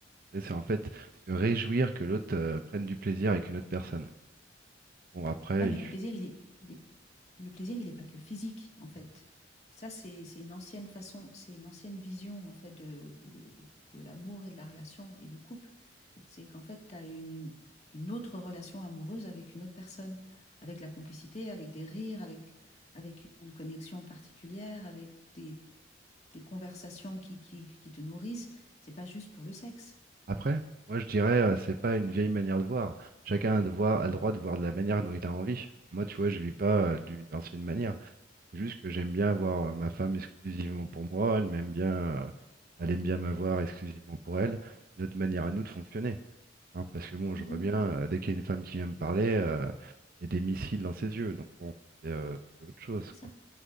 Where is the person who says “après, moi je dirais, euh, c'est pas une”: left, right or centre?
Right